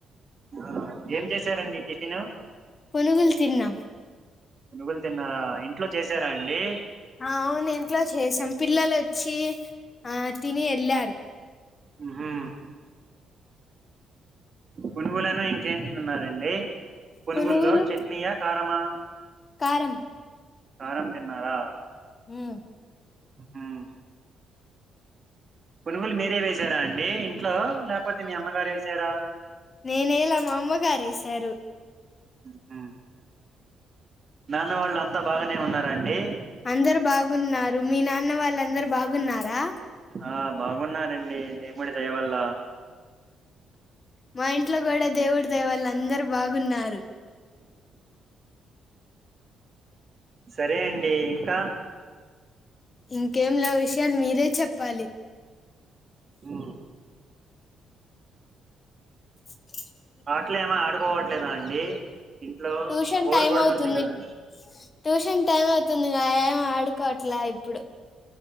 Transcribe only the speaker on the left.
పనుగులు తిన్నా
ఆ అవును ఇంట్లో చేసాం పిల్లలు వచ్చి ఆ తిని వెళ్ళారు
పునుగులు
కారం
హ్మ్
నేనేయల మా అమ్మగారు వేశారు
అందరు బాగున్నారు మీ నాన్న వాళ్ళ అందరు బాగున్నారా
మా ఇంట్లో కూడా దేవుడి దయ వళ్ళ అందరు బాగున్నారు
ఇంకేం లే విషయాలు మీరే చెప్పాలి
<unintelligible>
ట్యూషన్
టైం
అవుతుంది
ట్యూషన్ టైం అవుతుందిగా ఏం ఆడుకోవట్లా ఇప్పుడు